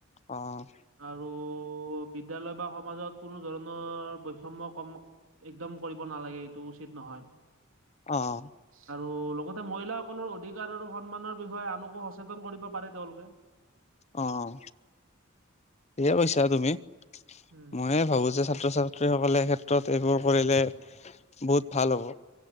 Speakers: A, on the left; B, on the right.
A: অঁ।
B: আৰু বিদ্যালয় বা সমাজত কোনো ধৰণৰ বৈষম্য কম একদম কৰিব নালাগে এইটো উচিত নহয়।
A: অঁ।
B: আৰু লগতে মহিলাসকলৰ অধিকাৰ আৰু সন্মানৰ বিষয়ে আনকো সচেতন কৰিব পাৰে তেওঁলোকে।
A: অঁ ঠিকে কৈছা তুমি
B: উম
A: ময়ে ভাবো যে ছাত্ৰ ছাত্ৰী। ছাত্ৰীসকলে ক্ষেত্ৰত এইবোৰ কৰিলে বহুত ভাল হ'ব।